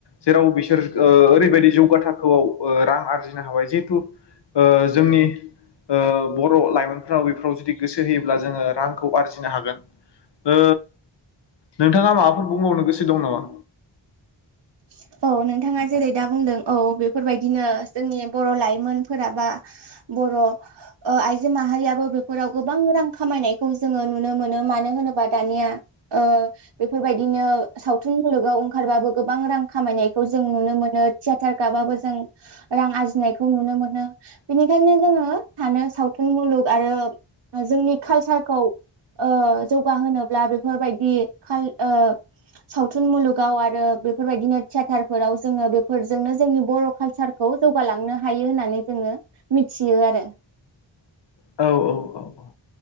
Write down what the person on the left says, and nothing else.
जेराव बिसोर ओ ओरैबायदि जौगा थाखोआव ओ रां आरजिनो हाबाय जे ओ जोंनि ओ बर' लाइमोनफ्राव बेफोराव जुदि गोसो होयोब्ला जोङो रांखौ आरजिनो हागोन। ओ नोंथाङा माबाफोर बुंबावनो गोसो दं नामा?
औ औ औ औ